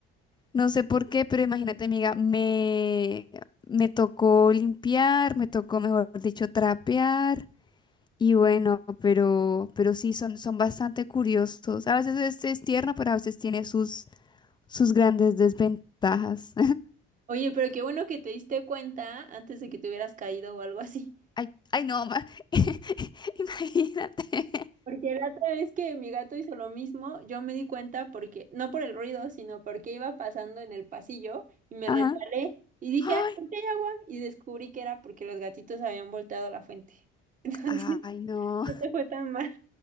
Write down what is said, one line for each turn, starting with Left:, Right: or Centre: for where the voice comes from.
Left: no sé por qué, pero imagínate, amiga, me, me tocó limpiar, me tocó, mejor dicho, trapear. Y bueno, pero, pero sí, son, son bastante curiosos. A veces es, es tierno, pero a veces tiene sus, sus grandes desventajas.
Right: Oye, pero qué bueno que te diste cuenta antes de que te hubieras caído o algo así.
Left: Ay, ay, no, ma- <laughs> imagínate.
Right: Porque la otra vez que mi gato hizo lo mismo, yo me di cuenta porque, no por el ruido, sino porque iba pasando en el pasillo y me
Left: Ajá.
Right: resbalé y dije,
Left: Ay,
Right: ¡ay, aquí hay agua! Y descubrí que era porque los gatitos habían volteado la fuente. <laughs> Entonces,
Left: ay, no.
Right: no te fue tan mal,